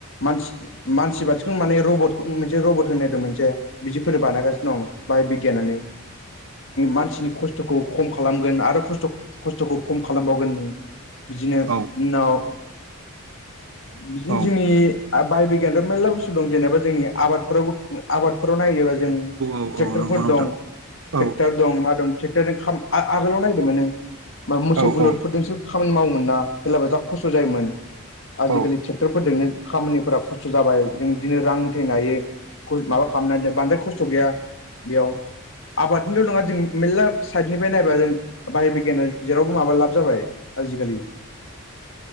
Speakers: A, on the left; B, on the right.
A: मानसि मानसिबायदिखौनो माने। रब मोनसे रबत होननायदों मोनसे बिदिफोरनो बानायगासिनो दं बाहाय। गियानानो मानसिनि खस्थ'खौ खम खालामगोन आरो खस्थ'। खस्थ'खौ खम खालामबावगोन बिदिनो
B: औ
A: उनाव। बिदिनो
B: औ
A: जोंनि बाय बिगियान' मेरला बुस्थु दं जेनेबा। जोंनि आबादफोराव आबादफोराव नायोबा। जों
B: औ
A: ट्रेक्ट'रफोर
B: नंगौ नोंथां
A: दं
B: औ
A: ट्रेक्टर दं मा दं ट्रेक्टरजों। आगोलाव नायदोंमोन नों मोसौ
B: औ
A: बुलदफोरजोंसो
B: औ
A: खामानि मावोमोन ना। जेलाबो जा खस्थ' जायोमोन आजिलि
B: औ
A: थ। क्टर फोरजोंनो खामानिफोरा खस्थ' जाबाय जों दिदिनो रां। फथैनो हायो माबा खालामनानैनो बांद्राय खस्थ' गैया बेयाव। आबादनिल' नङा जों मेर्ला साइडनिफ्राय नायबा जों बाह बिगियाना जेरावबो माबा लाब जाबाय। आजिखालि